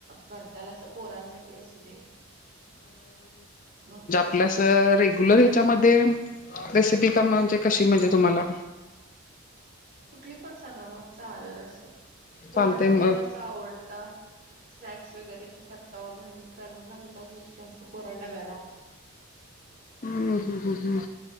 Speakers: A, on the right; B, on the left.
A: करताल अस पोरांसाठी असू दे ब
B: आपल्यास रेग्युलर ह्याच्यामध्ये रेसिपी क म्ह म्हणज कशी म्हणजे तुम्हाला
A: कुठली पण सांगा मग चालेल अस पोराण
B: चालतय मग
A: पण अस आवडता स्नॅक्स वगैरे असं करतो म्ह करम घालतो म्ह असं पोरण डब्याला
B: हम्म हम् ह् हम्